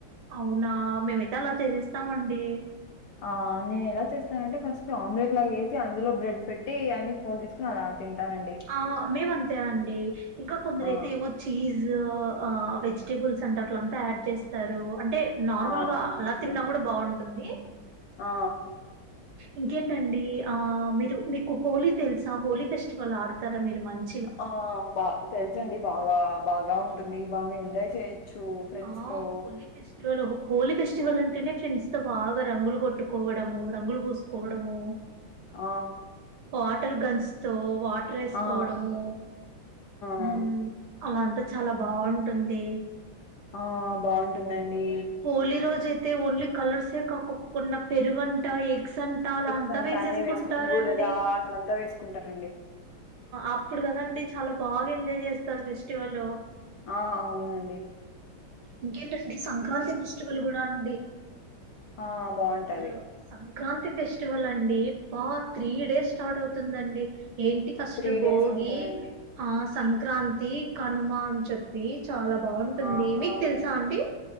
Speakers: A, on the right; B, on the left.
A: అవునా మేమైతే అలా చేసేస్తామండి
B: ఆ నేను ఎలా చేస్తానంటే ఫస్ట్ ఆమ్లెట్ లాగా వేసి, అందులో బ్రెడ్ పెట్టి అన్ని ఫోల్ చేసి ని అలా తింటానండి
A: ఆ మేము అంతే అండి ఇంకా కొందర
B: ఆ
A: అయితే ఏవో చీస్ జ్ వెజిటబుల్స్ అంతా అట్ల యాడ్ చేస్తారు అంటే నార్మల్
B: ఆ
A: గా
B: అవునండి
A: అలా తిన్నా కూడా బాగుంటు టుంది
B: ఆ
A: ఇంకేంటండి ఆ మీరు మీకు హోలీ తెలుసా హోలీ ఫెస్టివల్ ఆడుత కరా మీరు మంచి
B: ఆ బా తెలుసండి బాగా బాగా ఉ ఉంటుంది భాగ ఎంజయ చే చ్చు ఫ్రెండ్స్
A: ఆ!
B: తో
A: హోలీ ఫెస్టివల్ హోలీ ఫెస్టివల్ అంటేనే ఫ్రెండ్స్ తో బాగా రంగులు కొట్టుకోవడము రంగులు పూసుకోవడము
B: ఆ
A: వాటర్ గన్స్ న్సతో వా డ్రేసుకోవడము
B: ఆ ఆ
A: ఉ అలా అంతా చాలా బాగుంటుంది
B: ఆ బాగుంటుందండి
A: హోలీ రోజు అయితే ఓన్లీ కలర్సే కాక్కక్కకున్న పెరుగు వంట ఎగ్స్ అంట అలా
B: ఎగ్స్
A: అంత
B: అంట
A: వేసేసుకుంటారండి
B: అన్ని వేసుకు బుడద అట్లంతా వేసుకుంటారండి
A: అప్పుడు కదండి చాల బాగా ఎంజాయ్ చేస్తారు ఫెస్టివల్
B: ఆ అవునండి
A: ఇంకేంటండి సంక్రాంతి ఫెస్టివల్ కూడా అండి
B: ఆ బాగుంటది
A: అసలు సంక్రాంతి ఫెస్టివల్ అండి బా త్రీ డేస్ స్టార్ట్ అవుతుందండి ఏంటి ఫస్ట్
B: త్రీ
A: బోగి
B: డేస్ ఉంటదండి
A: ఆ సంక్రాంతి కనుమ అని చెప్పి చాలా బాగుంటుంది
B: ఆ
A: మీకు
B: అవును
A: తెలుసా అండి